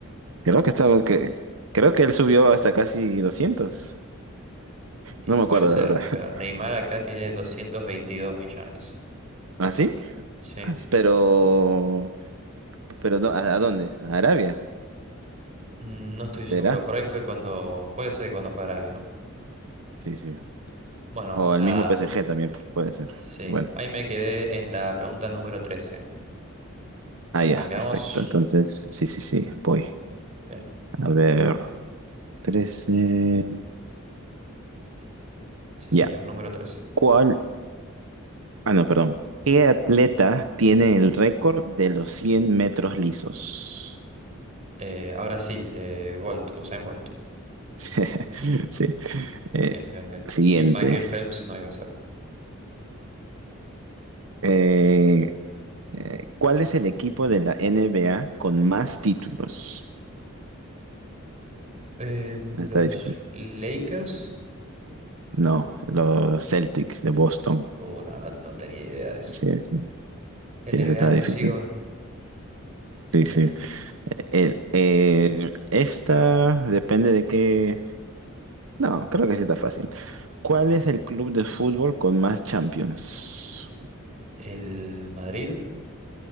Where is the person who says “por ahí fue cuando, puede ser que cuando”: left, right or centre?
Right